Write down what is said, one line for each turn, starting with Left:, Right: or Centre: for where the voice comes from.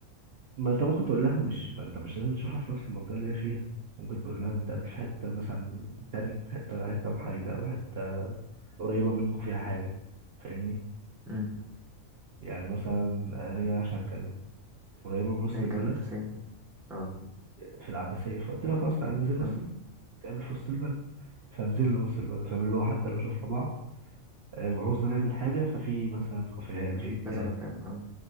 Right: ما أنت ممكن تقول لها مش ما أنت مش لازم تشوفها في نفس المنطقة اللي هي فيها ممكن تقول لها نتقابل في حتة مثلا تانية حتة حتة محايدة أو حتة قريبة منكم فيها حاجة فاهمني
Centre: امم
Right: يعني مثلا ليا عشان كانت قريبة من وسط
Centre: هي
Right: البلد
Centre: كان فين اه
Right: في العباسية فقلت لها خلاص تعالى ننزل وسط
Centre: اه
Right: البلد نتقابل في وسط البلد فنزلنا وسط البلد فاهم اللي هو حتى لو شفنا بعض آه، وعوزنا نعمل حاجة ففي مثلا كافيهات
Centre: في
Right: في بتاع
Centre: كذا مكان اه